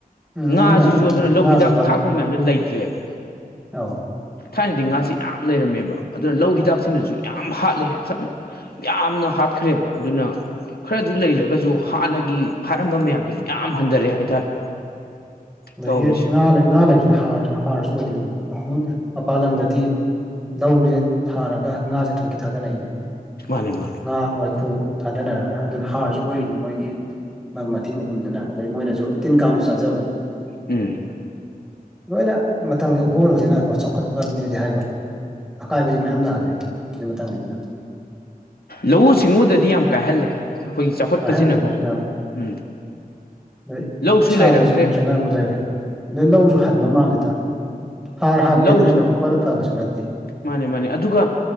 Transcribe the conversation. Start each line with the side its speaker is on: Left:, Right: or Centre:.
Centre: ꯎꯝ
Left: ꯉꯥꯁꯤꯁꯨ
Centre: ꯑꯗꯨꯅ
Left: ꯑꯗꯨꯅ ꯂꯧ
Centre: ꯉꯥꯁꯦ
Left: ꯍꯤꯗꯥꯛ ꯊꯥꯛꯄ ꯃꯌꯥꯝꯗꯨ ꯂꯩꯇ꯭ꯔꯦꯕ
Centre: ꯑꯥꯎ
Left: ꯊꯥꯏꯅꯗꯤ ꯉꯥꯥꯁꯦ ꯌꯥꯝ ꯂꯩꯔꯝꯃꯦꯕ ꯑꯗꯨꯅ ꯂꯧ ꯍꯤꯗꯥꯛꯁꯤꯅꯁꯨ ꯌꯥꯝ ꯍꯥꯠꯂꯦ ꯌꯥꯝꯅ ꯍꯥꯠꯈ꯭ꯔꯦꯕ ꯑꯗꯨꯅ ꯈꯔꯁꯨ ꯂꯩꯔꯒꯁꯨ ꯍꯥꯟꯅꯒꯤ ꯐꯥꯔꯝꯕ ꯃꯌꯥꯝꯗꯨꯁꯨ ꯌꯥꯝ ꯍꯟꯊꯔꯛꯑꯦ ꯍꯥꯏꯇꯥꯔꯦ
Centre: ꯑꯗꯒꯤ
Left: ꯇꯧꯔꯤꯁꯦ
Centre: ꯉꯥ ꯂꯩ ꯉꯥ ꯂꯩꯕꯁꯨꯁꯨ ꯍꯥꯔꯁꯨ ꯑꯣꯏꯗꯣꯏꯅꯤ ꯃꯄꯥꯟ ꯂꯝꯗꯗꯤ ꯂꯧꯁꯦ ꯊꯥꯔꯒ ꯉꯥꯁꯦ ꯊꯣꯏꯀꯤ ꯊꯥꯗꯅꯩꯅꯤ
Left: ꯃꯥꯅꯦ ꯃꯥꯅꯦ
Centre: ꯉꯥ ꯋꯥꯏꯈꯨ ꯊꯥꯗꯅꯔꯒ ꯑꯗꯨꯅ ꯍꯥꯔꯁꯨ ꯑꯣꯏꯔꯤꯅꯤ ꯃꯣꯏꯒꯤ ꯃꯊꯤ ꯃꯨꯝꯗꯨꯅ ꯑꯗꯩ ꯃꯣꯏꯅꯁꯨ ꯇꯤꯟ ꯀꯥꯡꯁꯨ ꯆꯥꯖꯕ
Left: ꯎꯝ
Centre: ꯂꯣꯏꯅ ꯃꯇꯝꯒꯤ ꯑꯍꯣꯡꯕꯁꯤꯅꯀꯣ ꯆꯥꯎꯈꯠꯄꯅꯦꯗꯤ ꯍꯥꯏꯕ ꯑꯀꯥꯏꯕꯗꯤ ꯃꯌꯥꯝ ꯂꯥꯛꯍꯜꯂ ꯑꯗꯨ ꯃꯇꯥꯡꯅꯤꯅ
Left: ꯂꯧꯎ ꯁꯤꯡꯎꯗꯗꯤ ꯌꯥꯝ ꯀꯥꯏꯍꯜꯂꯦ ꯑꯩꯈꯣꯏꯒꯤ ꯆꯥꯎꯈꯠꯄꯁꯤꯅꯀꯣ
Centre: ꯀꯥꯏꯍꯜꯂꯦ ꯌꯥꯝ
Left: ꯎꯝ
Centre: ꯑꯗꯩ
Left: ꯂꯧꯁꯨ
Centre: ꯏꯁꯥꯗꯁꯨ
Left: ꯂꯩꯔꯛꯇ꯭ꯔꯦ
Centre: ꯈꯦꯠꯅꯕ
Left: ꯎꯝ
Centre: ꯂꯩꯔꯦ ꯑꯗꯩ ꯂꯧꯁꯨ ꯍꯟꯕ ꯃꯥꯜꯂꯦꯗ ꯍꯥꯔ ꯍꯥꯞꯄꯦꯗꯅ
Left: ꯂꯧ
Centre: ꯍꯛꯇ ꯄꯪꯄꯗ ꯐꯕꯁꯨ ꯅꯠꯇꯦ
Left: ꯃꯥꯅꯦ ꯃꯥꯅꯦ ꯑꯗꯨꯒ